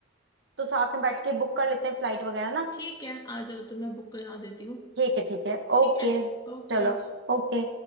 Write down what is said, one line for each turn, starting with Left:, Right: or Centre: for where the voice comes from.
Right: तो साथ में बैठ के बुक कर लेते हैं फ्लाइट वगैरह ना
Left: ठीक है आ जाओ तो मैं बुक करा देती हूँ
Right: ठीक है ठीक है
Left: ठीक
Right: ओके
Left: है ओके
Right: चलो ओके